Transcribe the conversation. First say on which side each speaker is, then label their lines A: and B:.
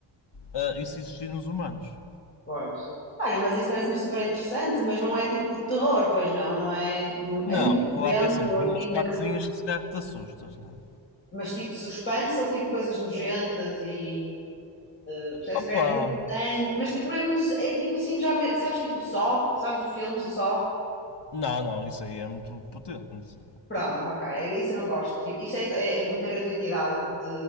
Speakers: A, on the left; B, on the left.
A: ah, isso existir nos humanos.
B: pois. Olha, mas isso parece-me super interessante, mas não é tipo de terror, pois não? Não é tipo,
A: Não,
B: é muito nojento,
A: claro que é assim, tem
B: assim,
A: umas partezinhas
B: muito,
A: que se calhar que te assustas, não é?
B: mas tipo suspense ou tipo coisas nojentas e eh, parece
A: Opa!
B: que quer dizer, muito sangue, mas tipo, não é muito, é tipo assim, já me- sabes, tipo só, sabes os filmes, o só,
A: Não, não, isso aí é muito potente.
B: pronto, ok, é- isso eu não gosto, tipo, isso é, é, é muita gratuitidade de,